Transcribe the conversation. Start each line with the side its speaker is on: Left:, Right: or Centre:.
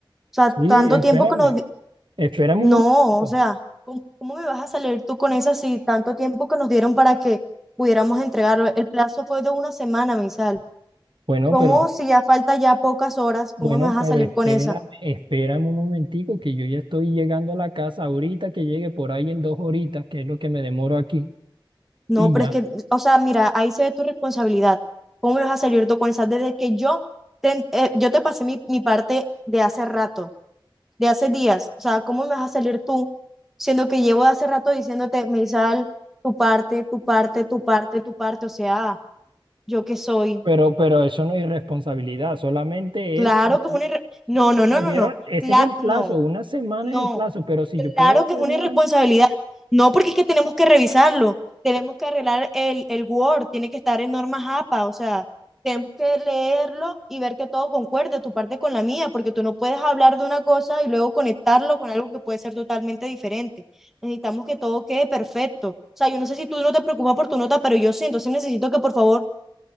Centre: O sea,
Right: Sí,
Centre: tanto
Right: espérame,
Centre: tiempo que nos... di-
Right: espérame
Centre: No,
Right: un momentico.
Centre: o sea, ¿cómo, cómo me vas a salir tú con esa si tanto tiempo que nos dieron para que pudiéramos entregarlo? El plazo fue de una semana, Meisal.
Right: Bueno,
Centre: ¿Cómo
Right: pero
Centre: si ya falta ya pocas horas,
Right: bueno,
Centre: cómo me vas
Right: pero
Centre: a salir
Right: espérame,
Centre: con esa?
Right: espérame un momentico que yo ya estoy llegando a la casa ahorita que llegue por ahí en dos horitas, que es lo que me demoro aquí,
Centre: No,
Right: y
Centre: pero
Right: ya.
Centre: es que, o sea, mira, ahí se ve tu responsabilidad. ¿Cómo me vas a salir tú con esa Desde que yo te, eh, yo te pasé mi, mi parte de hace rato, de hace días. O sea, ¿cómo me vas a salir tú? Siendo que llevo de hace rato diciéndote, Meisal, tu parte, tu parte, tu parte, tu parte. O sea, ¿yo qué soy?
Right: Pero, pero eso no es irresponsabilidad, solamente
Centre: Claro
Right: es porque
Centre: que es una... irre- No, no, no,
Right: nos
Centre: no,
Right: dieron,
Centre: no.
Right: ese
Centre: Cla-
Right: es el plazo,
Centre: no,
Right: una semana
Centre: no.
Right: es el plazo, pero si yo puedo
Centre: Claro
Right: hacerla
Centre: que es una irresponsabilidad. No, porque es que tenemos que revisarlo. Tenemos que arreglar el, el Word, tiene que estar en normas APA, o sea, tenemos que leerlo y ver que todo concuerde, tu parte con la mía, porque tú no puedes hablar de una cosa y luego conectarlo con algo que puede ser totalmente diferente. Necesitamos que todo quede perfecto. O sea, yo no sé si tú no te preocupas por tu nota, pero yo sí, entonces necesito que por favor